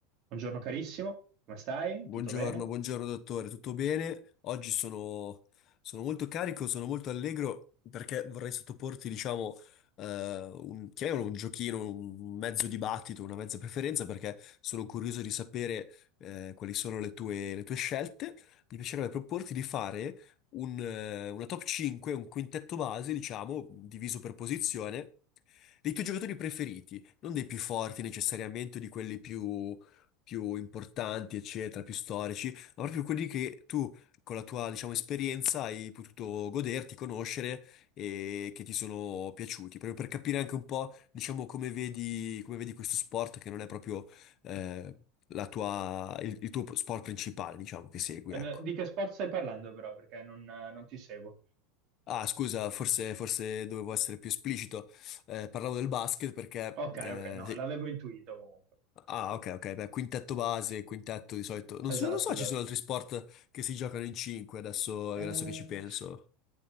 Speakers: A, on the right; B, on the left.
A: Buongiorno carissimo, come stai?
B: Buongiorno,
A: Tutto bene?
B: buongiorno dottore, tutto bene? Oggi sono, sono molto carico, sono molto allegro perché vorrei sottoporti, diciamo, eh, un, chiamiamolo un giochino, un mezzo dibattito, una mezza preferenza perché sono curioso di sapere eh, quali sono le tue, le tue scelte. Mi piacerebbe proporti di fare un, eh, una top 5, un quintetto base, diciamo, diviso per posizione, dei tuoi giocatori preferiti, non dei più forti necessariamente o di quelli più più importanti, eccetera, più storici, ma proprio quelli che tu con la tua, diciamo, esperienza hai potuto goderti, conoscere e che ti sono piaciuti, proprio per capire anche un po', diciamo, come vedi, come vedi questo sport che non è proprio eh, la tua, il, il tuo sport principale, diciamo, che segui,
A: Eh,
B: ecco.
A: Di che sport stai parlando però? Perché non, eh, non ti seguo.
B: Ah, scusa, forse, forse dovevo essere più esplicito. Eh, parlavo del basket perché
A: Ok,
B: eh,
A: ok, no,
B: sì,
A: l'avevo intuito comunque.
B: Ah, ok, ok, beh, quintetto base, quintetto di solito. Non so,
A: Esatto,
B: non so,
A: esatto.
B: ci sono altri sport che si giocano in 5 adesso,
A: Eh,
B: adesso che ci penso.